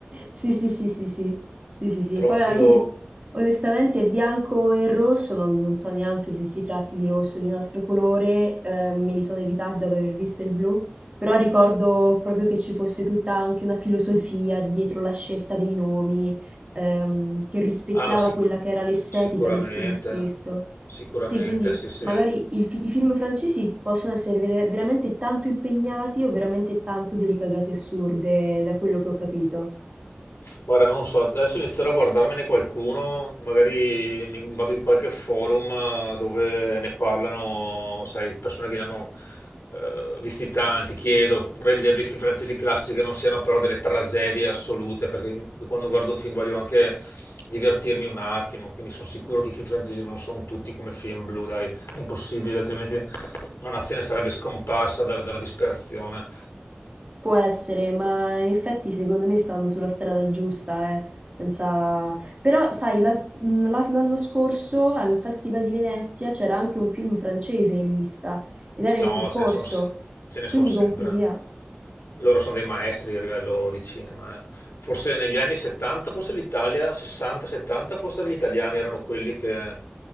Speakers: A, on the right; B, on the left.
A: Sì, sì, sì, sì, sì, sì, sì, sì.
B: Proprio...
A: E poi alla fine, onestamente, bianco e rosso, non, non so neanche se si tratti di rosso o di un altro colore, eh, me li sono evitati dopo aver visto il blu, però ricordo proprio che ci fosse tutta anche una filosofia dietro la scelta dei nomi, ehm, che rispecchiava
B: Ah, ma sic-
A: quella che era l'estetica
B: sicuramente,
A: del film stesso.
B: sicuramente,
A: Sì, quindi
B: sì, sì.
A: Magari il fi- i film francesi possono essere ver- veramente tanto impegnati o veramente tanto delle cagate assurde, da quello che ho capito.
B: Guarda, non so, adesso inizierò a guardarmene qualcuno, magari mi vado in qualche forum eh, dove ne parlano, sai, persone che ne hanno eh, visti tanti, chiedo, vorrei vedere dei film francesi classici che non siano però delle tragedie assolute, perché mi- quando guardo un film voglio anche divertirmi un attimo, quindi sono sicuro che i film francesi non sono tutti come film blu, dai, è impossibile, altrimenti una nazione sarebbe scomparsa dalla dalla disperazione.
A: Può essere, ma in effetti secondo me stanno sulla strada giusta, eh, senza... Però, sai, la- mh, la- l'anno scorso al Festival di Venezia c'era anche un film francese in lista ed era in
B: No,
A: concorso,
B: ce ne sono ce ne
A: quindi
B: son sempre.
A: comunque sia.
B: Loro sono dei maestri a livello di cinema. eh. Forse negli anni 70, forse l'Italia, 60-70, forse gli italiani erano quelli che